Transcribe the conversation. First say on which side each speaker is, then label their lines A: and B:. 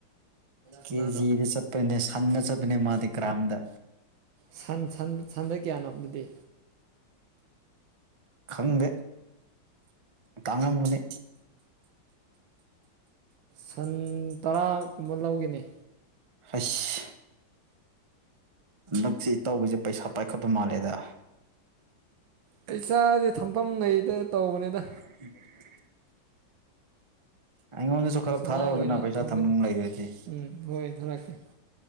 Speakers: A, on the right (about 80°); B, on the right (about 30°).
A: ꯁꯅꯥꯗꯣ
B: ꯀꯦꯖꯤꯗ ꯆꯠꯄ꯭ꯔꯅꯦ ꯁꯟꯗ ꯆꯠꯄꯅꯦ ꯃꯥꯗꯤ ꯒ꯭ꯔꯥꯝꯗ
A: ꯁꯟ ꯁꯟ ꯁꯟꯗ ꯀꯌꯥꯅꯣ ꯑꯗꯨꯗꯤ
B: ꯈꯪꯗꯦ ꯇꯥꯡꯉꯝꯒꯅꯤ
A: ꯁꯟ ꯇꯔꯥ ꯀꯨꯝꯕ ꯂꯧꯒꯦꯅꯤ
B: ꯑꯁ ꯍꯟꯗꯛꯁꯤ ꯏꯇꯥꯎꯕꯤꯁꯦ ꯄꯩꯁꯥ ꯄꯥꯏꯈꯠꯄ ꯃꯥꯜꯂꯦꯗ
A: ꯄꯩꯁꯥꯖꯦ ꯊꯝꯐꯝ ꯂꯩꯇꯦ ꯇꯧꯕꯅꯤꯗ
B: <unintelligible> ꯑꯩꯉꯣꯟꯗꯁꯨ ꯈꯔ
A: ꯁꯅꯥ
B: ꯊꯥꯔꯛꯎꯗ
A: ꯑꯣꯏꯅ
B: ꯄꯩꯁꯥ
A: ꯊꯝꯒꯦꯗ
B: ꯊꯝꯐꯝ ꯂꯩꯗ꯭ꯔꯗꯤ
A: ꯎꯝ ꯍꯣꯏ ꯊꯔꯛꯀꯦ